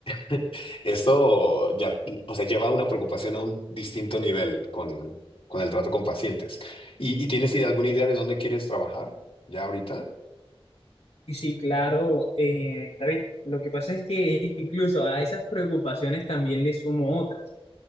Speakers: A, on the left; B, on the left.
A: <laughs> esto ya, o sea, lleva una preocupación a un distinto nivel con, con el trato con pacientes. ¿Y, y tienes idea- alguna idea de dónde quieres trabajar ya ahorita?
B: Y sí, claro, eh, David, lo que pasa es que <laughs> incluso a esas preocupaciones también le sumo otras.